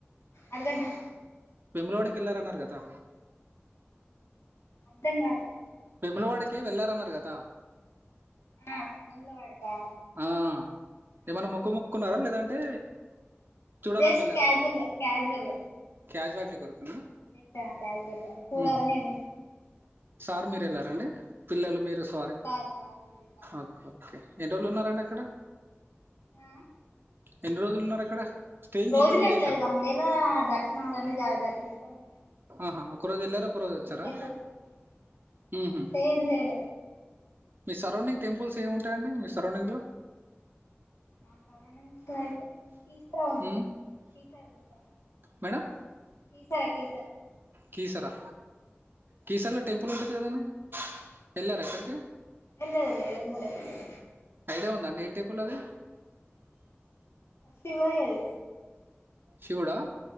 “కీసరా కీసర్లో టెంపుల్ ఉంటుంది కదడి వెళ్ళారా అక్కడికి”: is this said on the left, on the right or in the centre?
Right